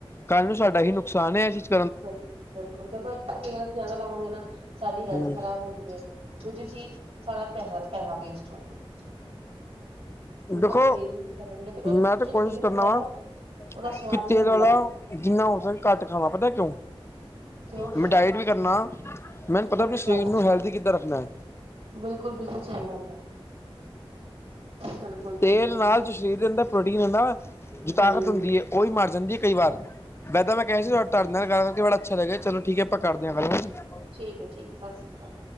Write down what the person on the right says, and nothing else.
ਬਿਲਕੁਲ ਬਿਲਕੁਲ ਦੇਖੋ ਇੱਕ ਤਾਂ ਤੇਲ ਜਿਆਦਾ ਲਾਵਾਂਗੇ ਨਾ ਸਾਡੀ ਹੈਲਥ
ਖ਼ਰਾਬ ਹੋ ਰਈ ਹੈ ਦੂਜੀ ਚੀਜ਼ ਸਾਡਾ ਪੈਸਾ ਪੈਸਾ ਵੇਸਟ ਹੋ ਰਿਹਾ ਉਹ
ਘੱਟ ਤੇਲ ਯੂਜ ਕਰਾਂਗੇ ਤੇ
ਜੋ
ਤੇਲ
ਹੁੰਦਾ
ਨਾ ਉਹਦਾ ਸਵਾਦ
ਨਹੀਂ
ਹੁੰਦਾ
ਕਿਉਂ
ਅੱਛਾ
ਅੱਛਾ
ਬਿਲਕੁਲ ਬਿਲਕੁਲ ਸਹੀ ਗੱਲ ਹੈ ਬਿਲਕੁਲ ਜੀ
ਬਿਲਕੁਲ ਦੇਖੋ
ਹੂੰ
ਠੀਕ ਹੈ ਠੀਕ ਹੈ ਸਤਿ ਸ੍ਰੀ ਕਾਲ